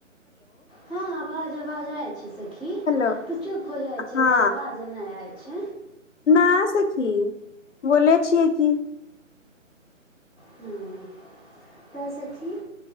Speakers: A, in the centre; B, on the left.
A: हँ आवाज आ आवाजइ छै सखी
B: हेलो
A: तऽ चुप हो जाइ छै
B: हँ
A: तऽ आवाज नहि आइ छै
B: न सखी बोल छिय की
A: हुँ तऽ सखी